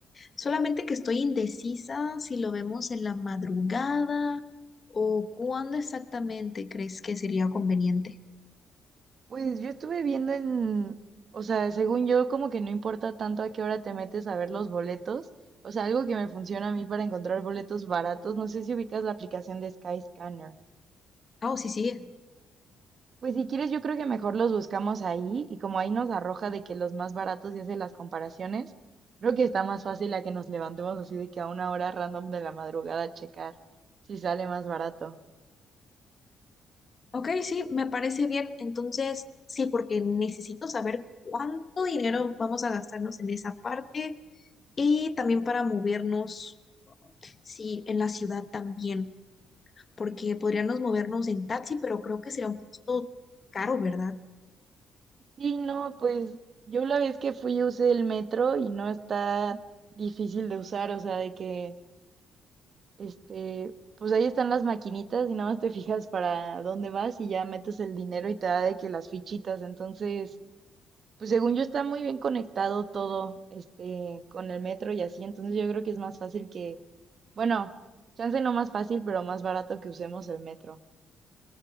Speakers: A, on the left (about 35°); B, on the right (about 50°).
A: solamente que estoy indecisa si lo vemos en la madrugada o cuándo exactamente crees que sería conveniente.
B: Pues yo estuve viendo en, o sea, según yo, como que no importa tanto a qué hora te metes a ver los boletos. O sea, algo que me funciona a mí para encontrar boletos baratos. No sé si ubicas la aplicación de Skyscanner.
A: Ah, o sí, sí,
B: Pues si quieres, yo creo que mejor los buscamos ahí y como ahí nos arroja de que los más baratos y hace las comparaciones, creo que está más fácil a que nos levantemos así de que a una hora random de la madrugada a checar si sale más barato.
A: Ok, sí, me parece bien. Entonces, sí, porque necesito saber cuánto dinero vamos a gastarnos en esa parte y también para movernos, sí, en la ciudad también, porque podríamos movernos en taxi, pero creo que sería un poquito caro, ¿verdad?
B: Sí, no, pues yo la vez que fui usé el metro y no está difícil de usar, o sea, de que, este, pues ahí están las maquinitas y nada más te fijas para dónde vas y ya metes el dinero y te da de que las fichitas, entonces, pues según yo está muy bien conectado todo, este, con el metro y así, entonces yo creo que es más fácil que, bueno, chance no más fácil, pero más barato que usemos el metro.